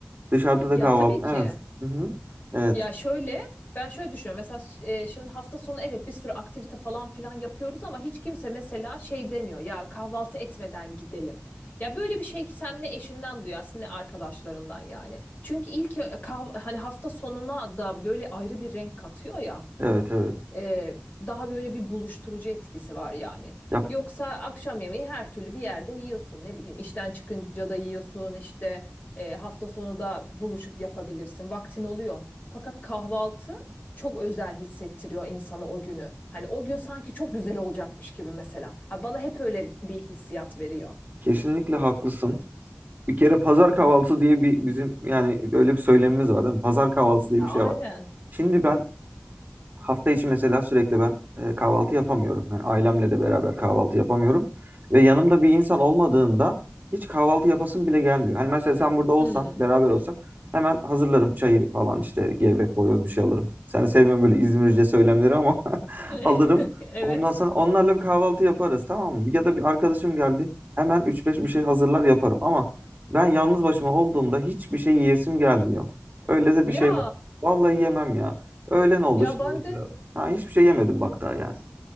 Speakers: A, on the right; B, on the left.
A: Dışarıda da
B: ya
A: kahvaltı.
B: tabii ki
A: Evet. Hı hı. Evet.
B: ya şöyle ben şöyle düşünüyorum mesela ş- e, şimdi hafta sonu evet bir sürü aktivite falan filan yapıyoruz ama hiç kimse mesela şey demiyor ya kahvaltı etmeden gidelim. Ya böyle bir şey ki sen ne eşinden duyarsın ne arkadaşlarından yani. Çünkü ilk ö- kah- hani hafta sonuna da böyle ayrı bir renk katıyor ya.
A: Evet, evet.
B: Ee, daha böyle bir buluşturucu etkisi var yani.
A: Ya
B: Yoksa akşam yemeği her türlü bir yerde yiyorsun ne bileyim işten çıkınca da yiyorsun işte e, hafta sonu da buluşup yapabilirsin vaktin oluyor. Fakat kahvaltı çok özel hissettiriyor insana o günü. Hani o gün sanki çok güzel olacakmış gibi mesela. Ha, bana hep öyle bir hissiyat veriyor.
A: Kesinlikle haklısın. Bir kere pazar kahvaltısı diye bir bizim yani öyle bir söylemimiz var değil mi? Pazar kahvaltısı
B: Ya,
A: diye bir
B: aynen.
A: şey var. Şimdi ben hafta içi mesela sürekli ben e, kahvaltı yapamıyorum. Yani ailemle de beraber kahvaltı yapamıyorum. Ve yanımda bir insan olmadığında hiç kahvaltı yapasım bile gelmiyor. Hani mesela sen burada olsan,
B: Hmm.
A: beraber olsak hemen hazırlarım çayı falan işte gevrek, boyoz bir şey alırım. Sen sevmiyorsun böyle İzmirce söylemleri ama <laughs>
B: <laughs>
A: alırım. Ondan sonra
B: Evet.
A: onlarla bir kahvaltı yaparız tamam mı? Ya da bir arkadaşım geldi hemen üç beş bir şey hazırlar yaparım. Ama ben yalnız başıma olduğumda hiçbir şey yiyesim gelmiyor. Öyle de
B: Ya
A: bir şey var. Vallahi yemem ya. Öğlen oldu
B: ya
A: şimdi
B: ben
A: mesela.
B: de
A: Ha hiçbir şey yemedim bak daha yani.